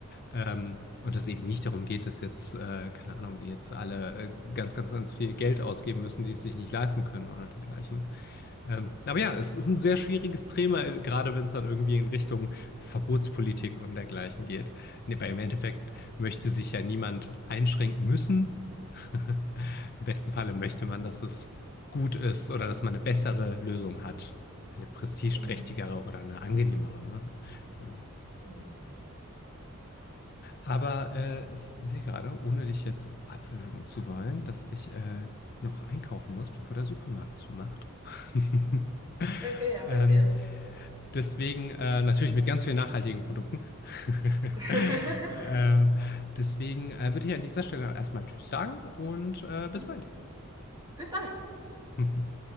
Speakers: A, on the left; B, on the right.
A: Ähm, und dass es eben nicht darum geht, dass jetzt, äh, keine Ahnung, jetzt alle äh, ganz, ganz, ganz viel Geld ausgeben müssen, die es sich nicht leisten können oder dergleichen. Ähm, aber ja, es ist ein sehr schwieriges Thema, gerade wenn es dann irgendwie in Richtung Verbotspolitik und dergleichen geht. Nee, Weil im Endeffekt möchte sich ja niemand einschränken müssen. <laughs> Im besten Falle möchte man, dass es gut ist oder dass man eine bessere Lösung hat. Eine prestigeträchtigere
B: ja.
A: oder eine angenehmere, ne? Irgendwie.
B: Mhm.
A: Aber äh, ich sehe gerade, ohne dich jetzt abwürgen zu wollen, dass ich äh, noch einkaufen muss, bevor der Supermarkt zumacht. <laughs>
B: Okay, ja,
A: Ähm,
B: verstehe.
A: deswegen äh, natürlich mit ganz vielen nachhaltigen Produkten. <laughs>
B: <laughs>
A: äh, deswegen äh, würde ich an dieser Stelle erstmal Tschüss sagen und äh, bis
B: Mhm.
A: bald.
B: Bis bald.
A: <laughs>